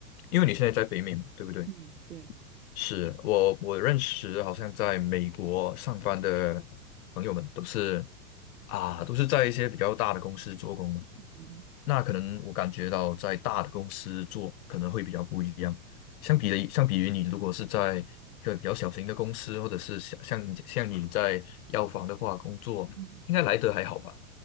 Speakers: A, on the left; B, on the right.
A: 因为你现在在北美嘛，对不对？
B: 嗯，对，
A: 是我我认识，好像在美国上班的朋友们都是啊，都是在一些比较大的公司做工嘛。
B: 嗯
A: 那可能我感觉到在大的公司做可能会比较不一样。相比的，相比于你如果是在一个比较小型的公司，或者是像像你像你在药房的话工作，
B: 嗯，
A: 应该来得还好吧？